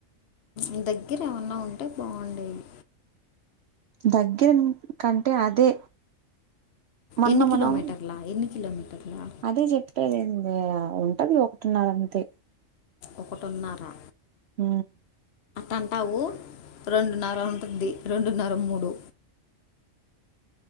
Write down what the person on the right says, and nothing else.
దగ్గర కంటే అదే మొన్న
మనం
అదే చెప్పేదేందె ఉంటది ఒకటిన్నర అంతే!
హ